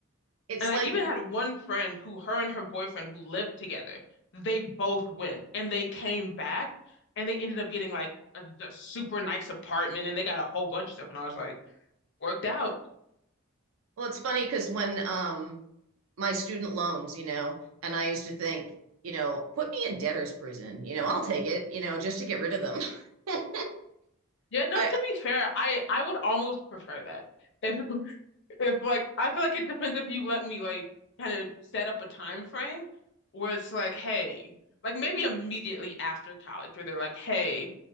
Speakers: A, on the right; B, on the left.
A: It's
B: and I
A: like,
B: even had one friend who her and her boyfriend who lived together, they both went and they came back and they ended up getting like a, the super nice apartment and they got a whole bunch of stuff. And I was like, worked out.
A: well, it's funny because when um, my student loans, you know, and I used to think, you know, put me in debtor's prison, you know, I'll take it, you know, just to get rid of them. <laughs>
B: Yeah, no,
A: I,
B: to be fair, I I would almost prefer that. If <laughs> If like I feel like it depends if you let me like kind of set up a time frame where it's like, hey, like maybe immediately after college, where they're like, hey,